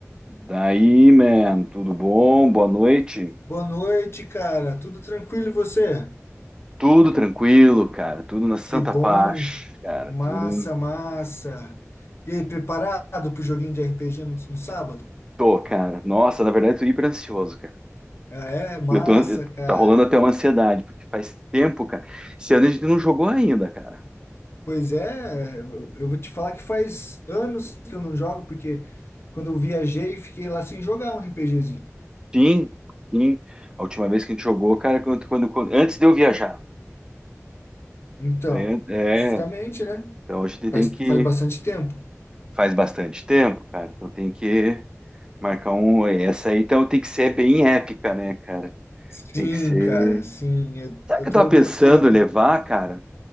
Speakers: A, on the right; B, on the left.
A: Daí, man, tudo bom? Boa noite.
B: Boa noite, cara. Tudo tranquilo e você?
A: Tudo tranquilo, cara. Tudo na santa
B: Que bom.
A: paz, cara.
B: Massa,
A: Tudo.
B: massa. E aí, preparado pro joguinho de RPG no, no sábado?
A: Tô, cara. Nossa, na verdade, eu tô hiper ansioso, cara.
B: Ah, é? Massa,
A: Eu tô. eu-
B: cara.
A: Tá rolando até uma ansiedade, porque faz tempo, cara. Esse ano a gente não jogou ainda, cara.
B: Pois é, eu eu vou te falar que faz anos que eu não jogo, porque quando eu viajei, fiquei lá sem jogar um RPGzinho.
A: Sim, sim. A última vez que a gente jogou, cara, quando, quando, quando- antes de eu viajar.
B: Então,
A: Foi an- É.
B: justamente, né?
A: Então a gente
B: Faz,
A: tem que.
B: faz bastante tempo.
A: Faz bastante tempo, cara. Então tem que marcar um. Essa aí, então tem que ser bem épica, né, cara?
B: Sim,
A: Tem que ser.
B: cara, sim. Eu,
A: Sabe
B: eu
A: o que eu
B: tô
A: tava pensando
B: bolando.
A: em levar, cara?